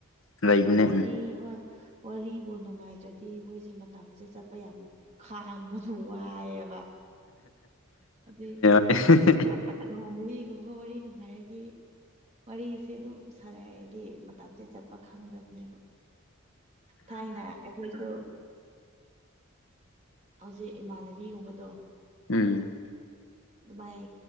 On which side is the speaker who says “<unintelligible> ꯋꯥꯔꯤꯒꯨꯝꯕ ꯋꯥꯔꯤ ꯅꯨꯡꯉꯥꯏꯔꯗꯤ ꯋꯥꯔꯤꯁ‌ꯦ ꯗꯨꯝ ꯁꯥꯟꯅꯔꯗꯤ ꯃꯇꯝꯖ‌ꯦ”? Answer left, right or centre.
Right